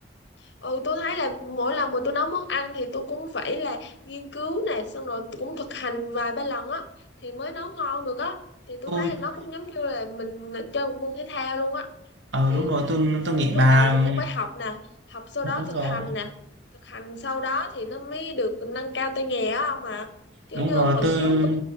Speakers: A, on the left; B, on the right.
A: ừ tôi thấy là mỗi lần mà tôi nấu món ăn thì tôi cũng phải là nghiên cứu nè xong rồi cũng thực hành vài ba lần á thì mới nấu ngon được á thì tôi
B: Tôi,
A: thấy là nó cũng giống như là mình chơi một môn thể thao luôn á
B: ờ
A: thì
B: đúng rồi, tôi tôi
A: ờ,
B: nghĩ
A: lúc
B: bà,
A: đầu thì cũng phải học nè học sau
B: ừ,
A: đó
B: đúng
A: thực
B: rồi,
A: hành nè thực hành sau đó thì nó mới được nâng cao tay nghề á không mà chứ
B: đúng
A: như
B: rồi,
A: hồi
B: tôi,
A: trước